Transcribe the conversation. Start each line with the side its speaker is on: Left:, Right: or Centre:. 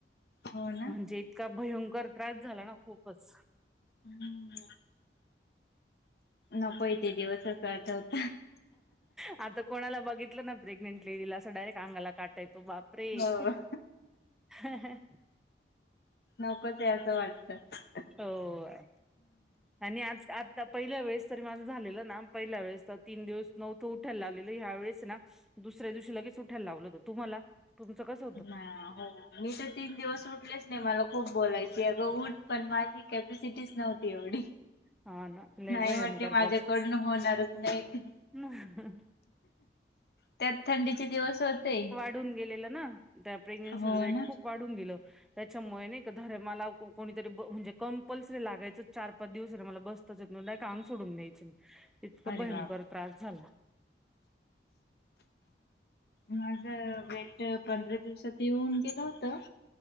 Left: हो ना.
Centre: म्हणजे इतका भयंकर त्रास झाला ना खूपच.
Left: हम नकोय ते दिवस आता आठवत.
Centre: आता कोणाला बघितलं ना प्रेग्नंट असं डायरेक्ट अंगाला काटा येतो बाप रे.
Left: हो.
Centre: हा हा.
Left: नको ते असं वाटत.
Centre: हो आणि आ आता. पहिल्या वेळेस तरी माझं झालेलं ना पहिल्या वेळेस तर तीन दिवस तरी उठायला लावलेलं ह्या वेळेस ना. दुसऱ्या दिवशी लगेच उठायला लावलं होत. तुम्हाला? तुमच कस?
Left: नाही हो. मी तर तीन दिवस उठलेच नाही मला खूप बोलायचे अगंऊन पण माझी कॅपॅसिटीच नव्हती. तेवढी
Centre: हा ना लय
Left: नाही
Centre: भयंकर
Left: म्हटले माझ्याकडून होणारच नाही ते.
Centre: ह.
Left: त्यात थंडीचे दिवस होते.
Centre: तुटून गेलेलं ना त्या प्रेग्नेंसी
Left: हो
Centre: मुळे वेट
Left: ना.
Centre: खूप वाढून त्याच्यामुळे नाही का. कोणीतरी ब म्हणजे कम. पल्सरे लागायच चार पाच दिवस र मला बसताचडय का आंग सोडून द्यायं इतकं
Left: अरे
Centre: भयंकर.
Left: बापरे
Centre: त्रास झाला.
Left: माझ वेट पंधरा दिवसात येऊन गेलं होत.